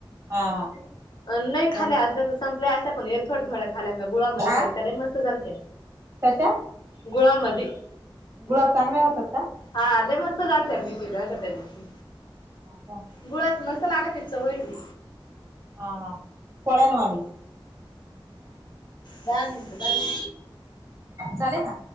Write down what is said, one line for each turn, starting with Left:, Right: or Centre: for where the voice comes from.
Right: हा
Left: नाही खा
Right: मग
Left: सं ण थड्या थोड्या खाय गुळामध्ये
Right: आ
Left: के त्याला मस्त झालत
Right: कशा
Left: गुळामदी
Right: गुळाब चांगल्या राहतात का
Left: हा आले मस्त घालते मी पिला त्या दिवशी
Right: हो का
Left: गुळ मस्त लागत इ च होय ब
Right: हा हा कोळ्यानवाली
Left: बार नितकाणी
Right: चाले ना,